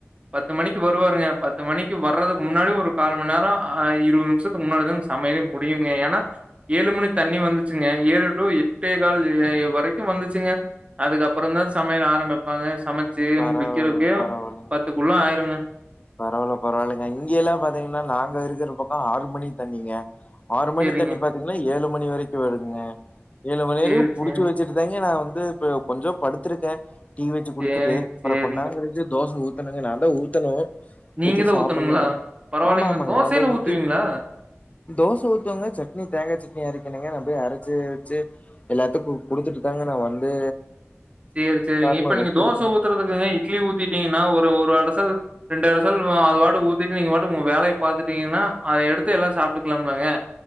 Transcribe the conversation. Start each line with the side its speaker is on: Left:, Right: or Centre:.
Right: பத்து மணிக்கு வருவாருங்க பத்து மணிக்கு வர்றதுக்கு முன்னாடி ஒரு கால் மணி நேரம் இருபது நிமிஷ முன்னதும் சமையல முடியுங்க ஏனா ஏழு மணி தண்ணி வந்துச்சுங்க ஏழு டு எட்டே கால் வரைக்கும் வந்துச்சுங்க அதுக்கப் அப்புறம் தான் சமையல் ஆரம்பிப்பாங்க சமைச்சு
Left: பரவால்லங்க,
Right: முடிக்கிறதுக்கு
Left: பரவால்லங்க.
Right: பத்துக்குள்ள ஆயிருங்க
Left: பரவால்ல பரவால்லைங்க இங்க எல்லாம் பாத்தீங்கன்னா நாங்க இருக்கிற பக்கம் ஆறு மணி தண்ணீங்க ஆறு மணி
Right: சரிங்க.
Left: தண்ணி பாத்தீங்கன்னா ஏழு மணி வரைக்கும் வருதுங்க ஏழு மணி
Right: சரி,
Left: வரைக்கும் புடிச்சு
Right: சரி,
Left: வச்ச சுட்டுங்க நான் வந்து ப கொஞ்சோ படுத்திருக்க டி வச்சு கொடுத்துட்டு
Right: சரிங்க,
Left: அப்ரோ
Right: சரிங்க.
Left: கொண்டா கச்ச தோச ஊ தனுங்க நாதா ஊத்தணும்
Right: நீங்க
Left: ஊத்தி
Right: தா
Left: சாப்பிடணுங்க
Right: ஊத்தணுங்களா பரவாயில்லைங்களா
Left: ஆமா ஆமாங்க
Right: தோசையில
Left: நான் தா ஊத்தி
Right: ஊத்துவீங்களா
Left: தோச ஊத்துவங்க சட்னி தேங்காய் சட்னி அரைக்கணுங்க நான் போய் அரச்சு வச்சு எல்லாத்துக்கும் குடுத்துட்டு தாங்க நான் வந்து
Right: சரி சரிங்க
Left: உக்காரணு
Right: இப்ப நீங்க
Left: ரெஸ்ட்
Right: தோசை
Left: எடுக்கணு
Right: ஊத்துறதுக்குங்க இட்லி ஊத்திட்டீங்கன்னா ஒரு ஒரு அடைசல் ரெண்டு இரை சல் அது வாட்ட ஊத்திட்டு நீங்க வாட்டும் உங்க வேலையை பாத்துட்டீங்கன்னா அதை எடுத்து எல்லாம் சாப்பிட்டுக்கலாம்லாங்க